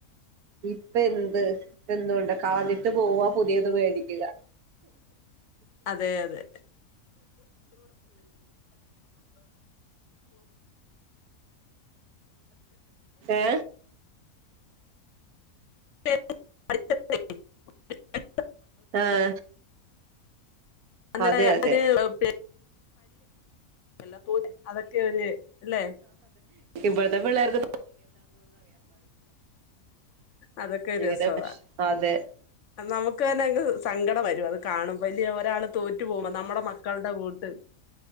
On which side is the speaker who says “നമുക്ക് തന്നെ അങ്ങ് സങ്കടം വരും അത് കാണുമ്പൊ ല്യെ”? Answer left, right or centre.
Left